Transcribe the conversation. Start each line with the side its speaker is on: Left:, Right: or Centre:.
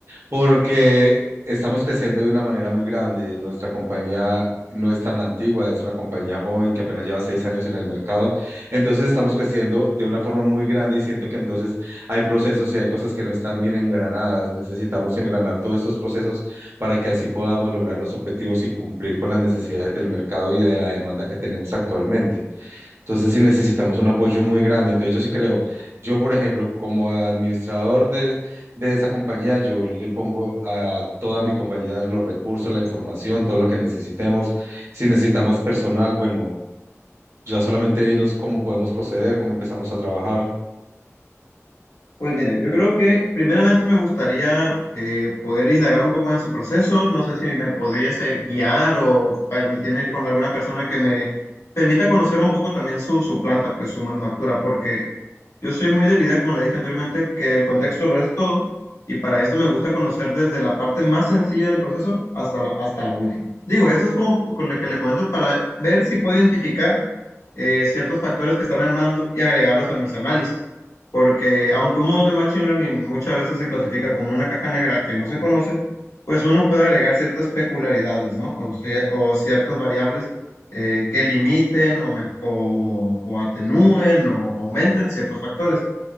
Right: porque estamos creciendo de una manera muy grande. Nuestra compañía no es tan antigua, es una compañía joven que apenas lleva seis años en el mercado. Entonces estamos creciendo de una forma muy grande y siento que entonces hay procesos y hay cosas que no están bien engranadas. Necesitamos engranar todos estos procesos para que así podamos lograr los objetivos y cumplir con las necesidades del mercado y de la demanda que tenemos actualmente. Entonces sí necesitamos un apoyo muy grande. Entonces yo sí creo, yo por ejemplo, como administrador de, de esa compañía, yo le pongo a toda mi compañía los recursos, la información, todo lo que necesitemos. Si necesitamos personal, bueno, ya solamente dinos cómo podemos proceder, cómo empezamos a trabajar.
Left: Pues mire, yo creo que primeramente me gustaría eh, poder indagar un poco en sus procesos. No sé si me pudiese guiar o permitirme ir con alguna persona que me permita conocer un poco también su, su planta, pues su manufactura, porque yo soy muy de la idea, como le dije anteriormente, que el contexto lo es todo y para esto me gusta conocer desde la parte más sencilla del proceso hasta la, hasta la última. Digo, esto es como con lo que le comento para ver si puedo identificar eh, ciertos factores que están en mando y agregarlos a mis análisis. Porque aunque un modelo de Machine Learning muchas veces se clasifica como una caja negra que no se conoce, pues uno puede agregar ciertas peculiaridades, ¿no? O, cie- o ciertas variables eh, que limiten o, me- o- o atenúen o aumenten ciertos factores.